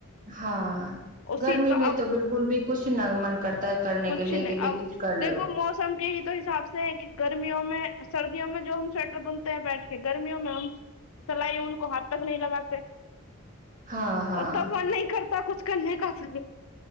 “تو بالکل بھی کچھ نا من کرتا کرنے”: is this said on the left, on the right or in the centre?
Right